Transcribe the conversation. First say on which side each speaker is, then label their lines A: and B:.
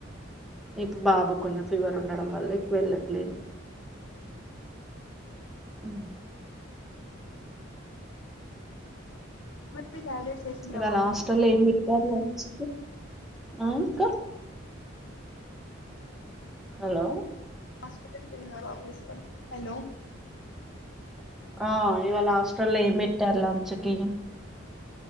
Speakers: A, in the centre; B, on the left.
A: ఇప్పు బాబు కొంచెం ఫీవర్ ఉండడం వల్ల ఎక్కువ వెళ్ళట్లేను ఉ
B: మరి టాబ్లెట్స్ వేసిందా
A: ఇవాల
B: బాబుకి
A: హస్టల్ లొ ఏం పెట్టారు లంచ్ అక్క హలో
B: మాస్కన్ తలిమే బయస్క హలో
A: ఆ ఇవాళ హాస్టల్లో ఏం పెట్టారు లంచ్ కి